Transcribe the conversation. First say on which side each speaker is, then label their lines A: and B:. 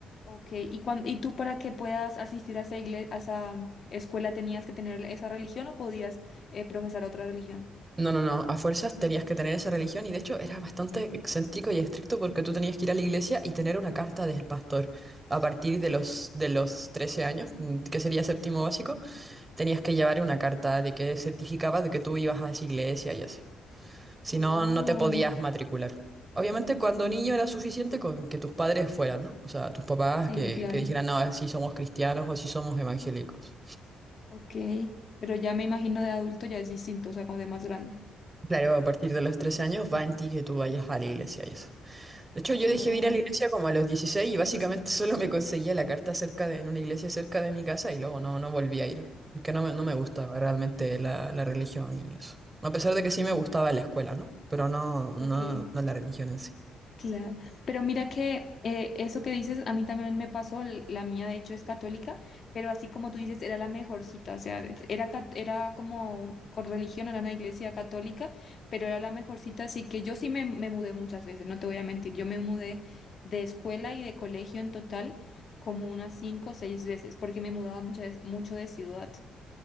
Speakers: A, on the left; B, on the right.
A: Ok, ¿y, cuan- y tú para que puedas asistir a esa, igle- a esa escuela tenías que tener esa religión o podías eh, profesar otra religión?
B: No, no, no, a fuerzas tenías que tener esa religión y de hecho era bastante excéntrico y estricto porque tú tenías que ir a la iglesia y tener una carta del pastor. A partir
A: Uf.
B: de los, de los 13 años, mm, que sería séptimo básico, tenías que llevar una carta de que certificaba de que tú ibas a esa iglesia y así. Si
A: Oh,
B: no, no te podías matricular. Obviamente cuando niño era suficiente con que tus padres fueran, ¿no? O sea, tus papás
A: sí,
B: que,
A: claro.
B: que dijeran, no, si somos cristianos o si somos evangélicos.
A: Ok, pero ya me imagino de adulto ya es distinto, o sea, como de más grande.
B: Claro, a partir de los 13 años va en ti que tú vayas a la iglesia y eso. De hecho,
A: Oh,
B: yo dejé de ir a la iglesia como a los 16 y básicamente <laughs> solo me conseguía la carta cerca de, en una iglesia cerca de mi casa y luego no, no volví a ir. Que no me, no me gustaba realmente la, la religión y eso. A pesar de que sí me gustaba la escuela, ¿no? Pero no, no,
A: ok.
B: no la religión en sí.
A: Claro, pero mira que eh, eso que dices, a mí también me pasó, l- la mía de hecho es católica, pero así como tú dices, era la mejor cita, o sea, era, cat- era como un- con religión, era una iglesia católica, pero era la mejor cita, así que yo sí me, me mudé muchas veces, no te voy a mentir, yo me mudé de escuela y de colegio en total como unas cinco o seis veces, porque me mudaba muchas veces- mucho de ciudad.